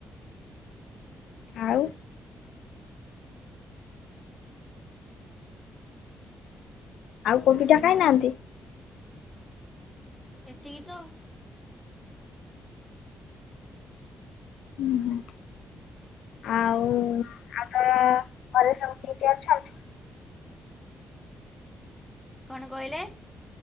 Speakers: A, on the left; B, in the centre.
A: ଆଉ ଆଉ
B: ଏତିକି
A: କୋଉ ପିଠା ଖାଇନାହାନ୍ତି?
B: ତ ଆଉ ଏତିକି ତ ଆଉ।
A: ହୁଁ ହୁଁ ଆଉ ଆଗା ଘରେ ସବୁ କେଠି ଅଛନ୍ତି
B: କଣ କହିଲେ?